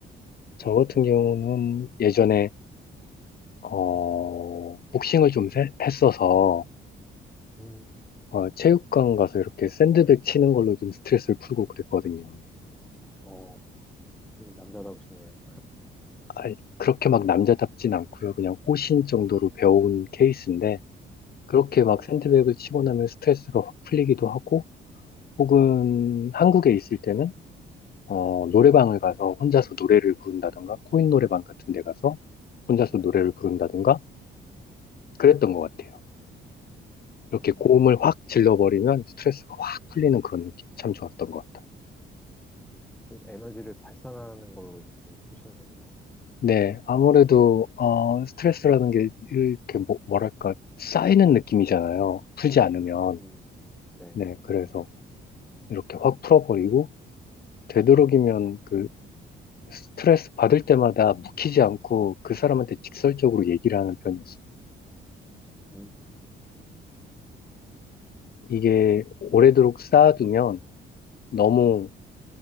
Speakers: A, on the left; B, in the centre.
A: 저
B: 어떠세요?
A: 같은 경우는 예전에 어, 복싱을 좀 세- 했어서
B: 음,
A: 어, 체육관 가서 이렇게 샌드백 치는 걸로 좀 스트레스를 풀고 그랬거든요.
B: 어, 음, 남자답시네요.
A: 아니, 그렇게 막 남자답진 않고요. 그냥 호신 정도로 배워온 케이스인데 그렇게
B: 음,
A: 막 샌드백을 치고 나면 스트레스가 확 풀리기도 하고 혹은 한국에 있을 때는 어, 노래방을 가서 혼자서 노래를 부른다던가 코인 노래방 같은 데 가서 혼자서 노래를
B: 음,
A: 부른다던가 그랬던 것 같아요. 이렇게
B: 음,
A: 고음을 확 질러버리면 스트레스가 확 풀리는 그런 느낌이 참 좋았던 것 같아요.
B: 음. 좀 에너지를 발산하는 걸로 이렇게 푸시는군요.
A: 네, 아무래도 어, 스트레스라는 게 이렇게 뭐, 뭐랄까 쌓이는 느낌이잖아요. 풀지 않으면.
B: 음, 네.
A: 네,
B: 네.
A: 그래서 이렇게 확 풀어버리고, 되도록이면 그 스트레스 받을 때마다 묵히지 않고 그 사람한테 직설적으로 얘기를 하는 편이었어요.
B: 음,
A: 이게 오래도록
B: 좀,
A: 쌓아두면 너무,